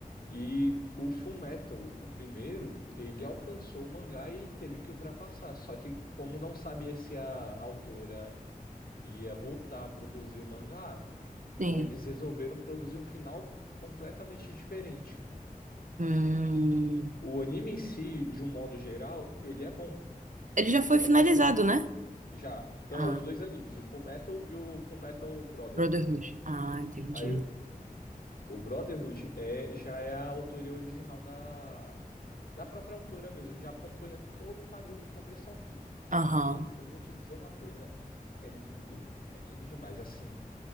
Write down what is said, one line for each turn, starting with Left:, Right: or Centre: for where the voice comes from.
Left: e o Fullmetal, o primeiro, ele alcançou o mangá e teve que ultrapassar, só que como não sabia se a autora ia voltar a produzir o mangá, então
Right: sim.
Left: eles resolveram produzir um final completamente diferente.
Right: Hum,
Left: O anime em si, de um modo geral, ele é bom.
Right: ele já foi
Left: Só
Right: finalizado,
Left: que a pro-
Right: né?
Left: já, tá,
Right: Ah,
Left: os dois animes, o Fullmetal e o Fullmetal Brotherhood.
Right: Brotherhood. Ah, entendi.
Left: Aí, o Brotherhood é, já é a autoria original da, da própria autora mesmo, já acompanha todo o quadrinho do começo ao fim.
Right: Aham.
Left: E eu vou te dizer uma coisa, é lindo, é lindo demais. Assim,